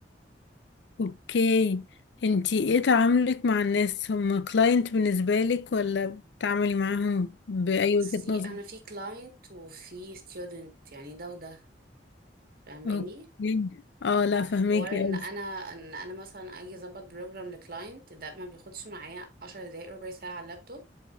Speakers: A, on the left; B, on the right.
A: اوكي انتي ايه تعاملك مع الناس هما كلاينت بالنسبة لك ولا بتعاملي معاهم بأي
B: بصي
A: وجهة نظر
B: انا في كلاينت وفي ستودنت يعني ده وده فاهماني
A: اوكي اه لا
B: حوار
A: فهميكي
B: ان
A: اوي
B: انا ان انا مثلا اجي اظبط بروجرام لكلاينت ده ما بياخدش معايا 10 دقايق ربع ساعه على اللابتوب